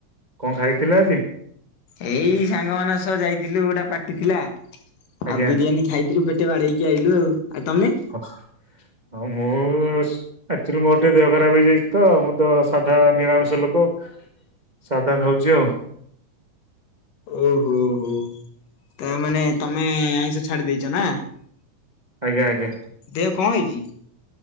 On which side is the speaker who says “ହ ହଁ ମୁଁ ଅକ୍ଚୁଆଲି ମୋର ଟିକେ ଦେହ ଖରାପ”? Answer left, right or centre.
Right